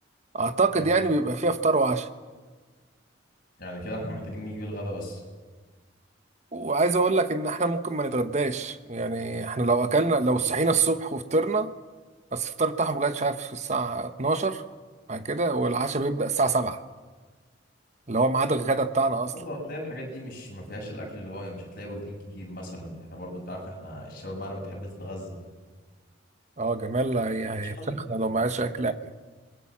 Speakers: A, on the right; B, on the left.
A: أعتقد
B: مم.
A: يعني بيبقى فيها فطار وعشاء
B: يعني كده احنا محتاجين نجيب الغدا بس
A: وعايز اقول لك ان احنا ممكن ما نتغداش يعني احنا لو اكلنا لو صحينا الصبح وفطرنا بس الفطار بتاعهم لغايه شايف الساعه 12 بعد كده والعشاء بيبدا الساعه 7 اللي هو ميعاد الغدا بتاعنا اصلا
B: برضه هتلاقي الحاجات دي مش ما فيهاش الاكل اللي هو مش هتلاقي بروتين كتير مثلا احنا برضه انت عارف احنا الشباب معانا بتحب تتغذى
A: اه جمال هي- هيفشخنا
B: <laughs> شوية
A: لو ما عادش اكل قبل